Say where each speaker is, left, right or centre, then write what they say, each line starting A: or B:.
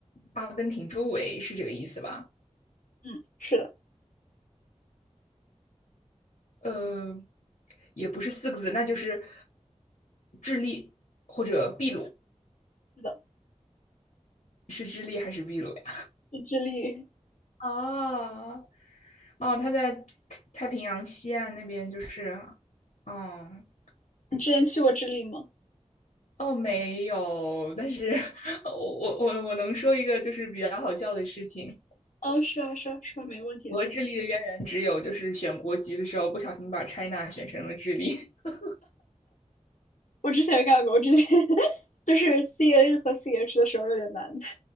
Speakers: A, on the left; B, on the left.
A: 阿根廷周围，是这个意思吧？
B: 嗯，是的，
A: 呃，也不是四个字，那就是智利或者秘鲁，
B: 是的，
A: 是智利还是秘鲁呀？
B: 是智利。
A: 哦，哦，他在太平洋西岸那边，就是，嗯，
B: 你之前去过智利吗？
A: 哦，没有，但是 <laughs> 我我我我能说一个就是比较好笑的事情，
B: 哦，是啊，是啊，是啊，没问题。
A: 我和智利的渊源只有就是选国籍的时候不小心把 China 选成了智利。<laughs>
B: 我之前也干过，我之前 <laughs> 就是 CN 和 CH 的时候有点难。